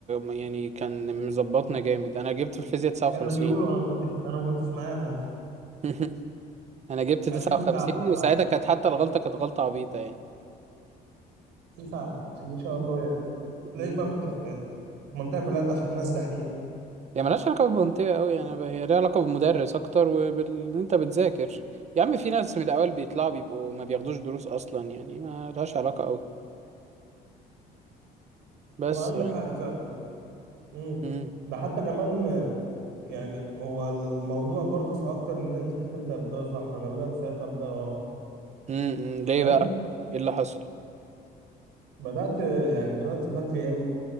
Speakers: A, on the right (about 40°); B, on the right (about 90°).
A: يعني كان مظبطنا جامد انا جبت في الفيزياء 59
B: كانوا بيقولوا انا ما كنتش انا ما كنتش معاهم
A: <laughs> انا جبت
B: اكيد
A: 59
B: كنت عبد الله
A: وساعتها كانت حتى الغلطة كانت غلطة عبيطة
B: 59 ما شاء الله يعني تلاقيك
A: يعني
B: بقى كنت في منطقة كلها دح... ناس دحيحة
A: هي ملهاش علاقة بالمنطقة أوي يعني بقى هي ليها علاقة بالمدرس أكتر وبال إن أنت بتذاكر يا عم في ناس من الأول بيطلعوا بيبقوا ما بياخدوش دروس أصلا يعني ما لهاش علاقة أوي بس
B: وعندك
A: يعني
B: حق فعلا امم
A: مم.
B: ده حتى كمان يعني هو الموضوع برضه في اكتر ان انت تبدأ بداية صح انا بدأت ساعتها بداية غلط
A: مم. مم. ليه
B: فاهم
A: بقى؟ إيه اللي حصل؟
B: بدأت يعني بدأت بدري قوي